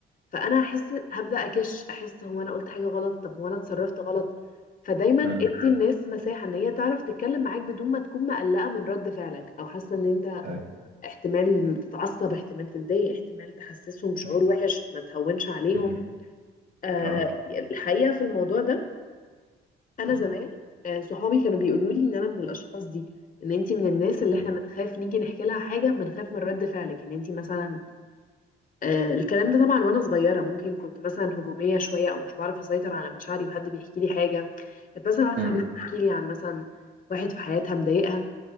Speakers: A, on the left; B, on the right.
A: فانا احس هبدأ اكش احس هو انا قلت حاجه غلط طب هو انا اتصرفت غلط فدايما ادي
B: امم
A: الناس مساحه ان هي تعرف تتكلم معاك بدون ما تكون مقلقه من رد فعلك او حاسه ان انت
B: أي.
A: احتمال تتعصب احتمال تتضايق احتمال تحسسهم شعور
B: امم
A: وحش ما تهونش عليهم
B: امم.
A: آه
B: اه
A: الحقيقة في الموضوع ده انا
B: امم
A: زمان آه صحابي كانوا بيقولوا لي ان انا من الاشخاص دي ان انتي من الناس اللي
B: امم
A: احنا بنخاف نيجي نحكي لها حاجة بنخاف من رد فعلك ان انتي مثلا آه الكلام ده طبعا وانا صغيرة ممكن كنت مثلا هجومية شوية او مش بعرف اسيطر على مشاعري وحد بيحكي لي حاجة كانت مثلا واحدة
B: امم.
A: صاحبتي بتحكي لي عن مثلا واحد في حياتها مضايقها